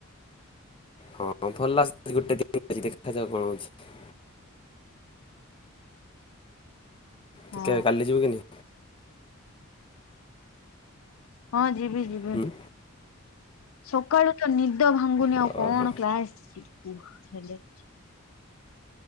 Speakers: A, on the left; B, on the left.
A: ହଁ ହଁ ଭଲ ଆସ ଗୋଟେ ଦିନ ଅଛି ଦେଖାଯାଉ କଣ ହଉଛି।
B: ହଁ
A: ଟିକେ କାଲି ଯିବୁ କି ନି?
B: ହଁ ଯିବି ଯିବି
A: ନାହିଁ?
B: ସକାଳୁ ତ ନି ନିଦ ଭାଙ୍ଗୁନି
A: ଓହୋ
B: ଆଉ କଣ କ୍ଲାସ ଯିବୁ ହେଲେ ଦ